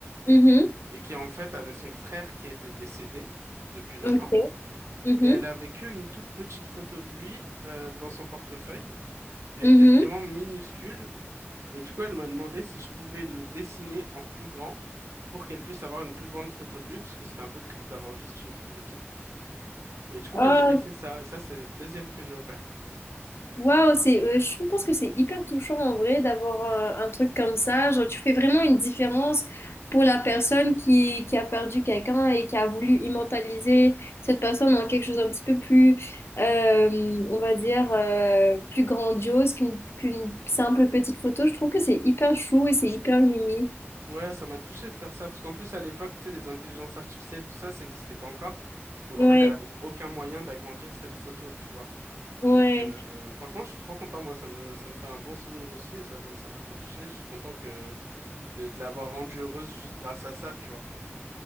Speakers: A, on the left; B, on the right.
A: Mhm.
B: et qui en fait avait son frère qui était décédé depuis longtemps,
A: Ok. Mhm.
B: mais elle avait que une toute petite photo de lui euh, dans son portefeuille. Et Elle
A: Mhm.
B: était vraiment minuscule Et du coup, elle m'a demandé si je pouvais le dessiner en plus grand pour qu'elle puisse avoir une plus grande photo de lui, parce que c'était un peu triste d'avoir juste une toute petite. Et du coup,
A: Mhm.
B: bah, je lui ai fait ça. Et ça, c'est le deuxième que j'ai offert.
A: Waouh, c'est, euh, je pense que c'est hyper touchant en vrai d'avoir euh, un truc comme ça. Genre, tu fais vraiment une différence pour la personne qui, qui a perdu quelqu'un et qui a voulu immortaliser cette personne en quelque chose un petit peu plus, euh, on va dire, euh, plus grandiose qu'une qu'une simple petite photo. Je trouve que c'est hyper chou et c'est hyper mimi.
B: Ouais, ça m'a touché de faire ça, parce qu'en plus, à l'époque, tu sais, les intelligences artificielles, tout ça, ça n'existait pas encore. Donc,
A: Ouais,
B: en fait, elle avait aucun moyen d'agrandir cette photo, tu vois.
A: ouais.
B: Donc, euh, franchement, je suis trop content. Moi, ça me, ça me fait un bon souvenir aussi. et Ça m'a, ça m'a trop touché. Je suis content que de, de l'avoir rendue heureuse juste grâce à ça, tu vois.